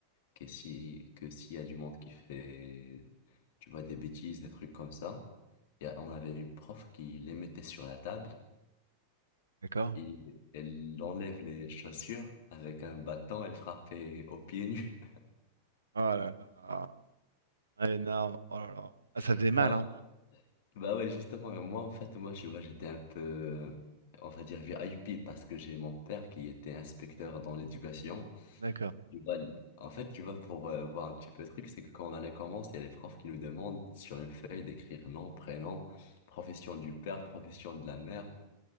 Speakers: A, on the left (about 55°); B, on the right (about 75°).
A: que si, que s'il y a du monde qui fait, tu vois, des bêtises, des trucs comme ça, il y a- on avait une prof qui les mettait sur la table,
B: d'accord.
A: et elle enlève les chaussures avec un bâton, elle frappait aux pieds nus.
B: Oh là là, ah, énorme. Oh là là. Ah, ça faisait
A: <laughs>
B: mal, hein.
A: Bah ouais, justement, et moi, en fait, moi, tu vois, j'étais un peu, euh, on va dire, VIP parce que j'ai mon père qui était inspecteur dans l'éducation.
B: D'accord.
A: Tu vois, l- en fait, tu vois, pour euh, voir un petit peu le truc, c'est que quand l'année commence, il y a les profs qui nous demandent sur une feuille d'écrire nom, prénom, profession du père, profession de la mère